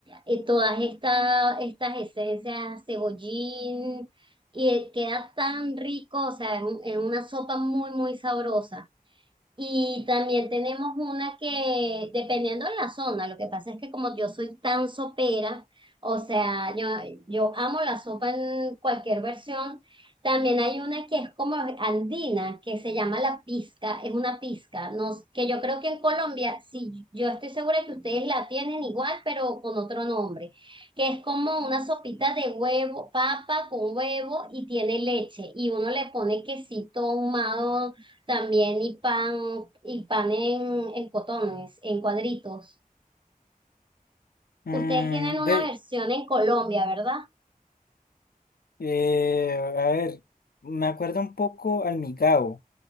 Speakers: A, on the right (about 35°); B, on the left (about 85°).
A: eh, todas esta- estas esencias, cebollín, y queda tan rico, o sea, es un- es una sopa muy, muy sabrosa. Y también tenemos una que, dependiendo de la zona, lo que pasa es que como yo soy tan sopera, o sea, yo, yo amo la sopa en cualquier versión, también hay una que es como andina, que se llama la pizca, es una pizca, no, que yo creo que en Colombia, sí, yo estoy segura que ustedes la tienen igual, pero con otro nombre, que es como una sopita de huevo, papa con huevo y tiene leche, y uno le pone quesito ahumado también y pan, y pan en, en cotones, en cuadritos.
B: Mm,
A: Ustedes tienen una
B: ve,
A: versión en Colombia, ¿verdad?
B: Eh, a ver, me acuerdo un poco al Migao.